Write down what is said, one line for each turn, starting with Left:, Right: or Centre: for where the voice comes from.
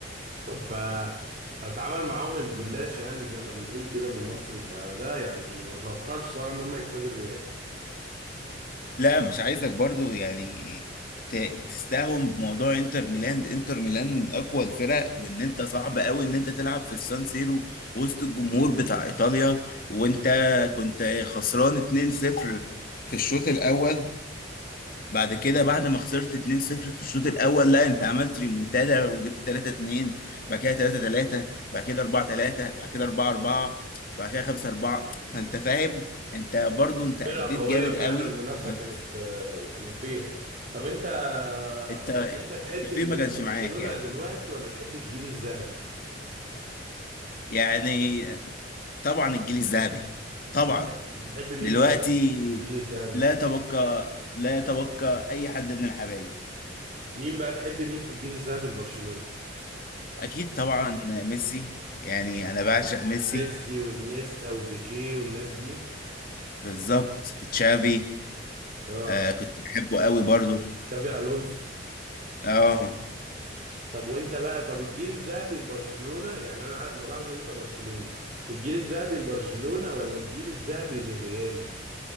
Right: ف فاتعامل معاهم الجلاش يعني زي ما بنقول كده بالمصري فلا يعني ما توقعش صراحه ان هم يكسبوا الريال
Left: لا مش عايزك برضو يعني ت- تستهون بموضوع انتر ميلان انتر ميلان اقوى الفرق وان انت صعب قوي ان انت تلعب في السان سيرو وسط الجمهور بتاع ايطاليا وانت كنت خسران 2-0 في الشوط الاول بعد كده بعد ما خسرت 2-0 في الشوط الاول لا انت عملت ريمونتادا وجبت 3-2 بعد كده 3-3 بعد كده 4-3 بعد كده 4-4 بعد كده 5-4 فانت فاهم انت برضو انت اديت
Right: فرقه قويه
Left: جامد
Right: فعلا
Left: قوي
Right: المنافسه
Left: بس
Right: كانت آه، يعني فير طب انت آه،
Left: الت-
Right: يعني انت تحب
Left: التوفيق
Right: ال-
Left: ما كانش
Right: برشلونه
Left: معاك يعني
Right: دلوقتي ولا تحب الجيل الذهبي
Left: يعني طبعا الجيل الذهبي طبعا
Right: بت- بتحب مين
Left: دلوقتي
Right: بقى في الجيل الذهبي
Left: لا
Right: لبرشلونه
Left: يتبقى لا يتبقى اي حد من الحبايب
Right: مين بقى تحب مين في الجيل الذهبي لبرشلونه
Left: اكيد طبعا ميسي يعني انا بعشق ميسي
Right: ميسي وانيستا وبيكيه والناس دي
Left: بالظبط تشافي
Right: اه
Left: آه كنت بحبه قوي برضو
Right: شافي الونسو
Left: اه
Right: طب وانت بقى طب الجيل الذهبي لبرشلونة يعني انا عارف- ملاحظ ان انت برشلوني الجيل الذهبي لبرشلونة ولا الجيل الذهبي للريال